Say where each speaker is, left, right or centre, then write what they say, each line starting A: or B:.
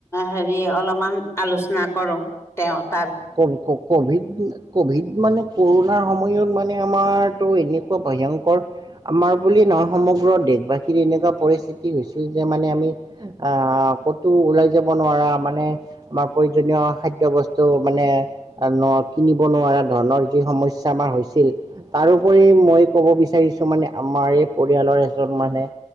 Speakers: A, on the left (about 20°); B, on the right (about 30°).
A: হেৰি অলপমান আলোচনা কৰো তেওঁৰ
B: কওক, কওক। কভিড কভিড মানে কৰুণাৰ সময়ত মানে আমাৰতো এনেকুৱা ভয়ংকৰ আমাৰ বুলি নহয় সমগ্ৰ দেশবাসীৰ এনেকা পৰিস্থিতি হৈছিল যে মানে আমি অ', কতো ওলাই যাব নোৱাৰা মানে আমাৰ প্ৰয়োজনীয় খাদ্য বস্তু মানে ন' কিনিব নোৱাৰা ধণৰ যি সমস্যা আমাৰ হৈছিল। তাৰওপৰি মই কব বিচাৰিছো মানে আমাৰ এই পৰিয়ালৰ এজন মানে